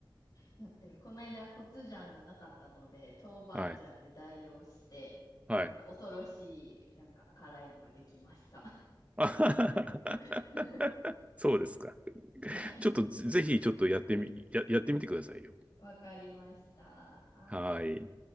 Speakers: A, on the left; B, on the right.
A: やってみこの間、コチュジャンがなかったので、豆板醤で代用して、
B: はい。はい。
A: なんか恐ろしい、なんか辛いのができました。
B: <laughs> あははは
A: <laughs>
B: はそうですか。
A: はい。
B: ちょっとぜぜひちょっとやってみ、や、やってみてくださいよ。
A: わかりました。はい。
B: はい。